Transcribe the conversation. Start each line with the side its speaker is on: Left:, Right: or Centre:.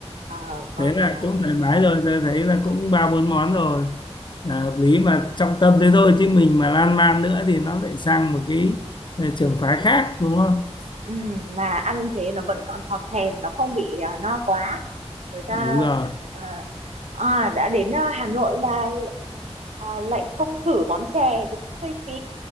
Right: ờ, còn
Left: thế là
Right: à,
Left: cũng thoải mái rồi tôi thấy là cũng ba bốn món rồi là hợp lý mà trọng tâm thế thôi chứ mình mà lan man nữa thì nó lại sang một cái ờ, trường phái khác đúng không
Right: ừm, mà ăn thế nó vẫn còn thòm thèm, nó không bị à, no quá. Người ta
Left: đúng rồi
Right: ờ, à, đã đến à, Hà Nội mà lại- à, lại không thử món chè thì cũng hơi phí.